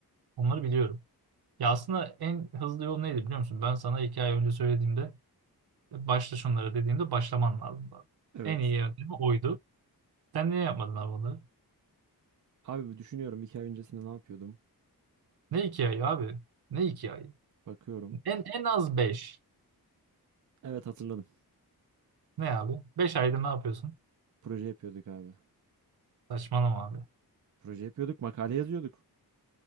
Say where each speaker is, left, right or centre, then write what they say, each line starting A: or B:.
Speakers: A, on the right; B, on the right.
A: Onları biliyorum. Ya aslında en hızlı yol neydi biliyor musun? Ben sana iki ay önce söylediğimde başla şunlara dediğimde başlaman lazım.
B: Evet.
A: En iyi yöntemi oydu. Sen niye yapmadın abi bunları?
B: Abi bu düşünüyorum iki ay öncesinde ne yapıyordum?
A: Ne iki ayı abi? Ne iki ay?
B: Bakıyorum.
A: En, en az beş.
B: Evet hatırladım.
A: Ne abi? Beş ayda ne yapıyorsun?
B: Proje yapıyorduk abi.
A: Saçmalama abi.
B: Proje yapıyorduk, makale yazıyorduk.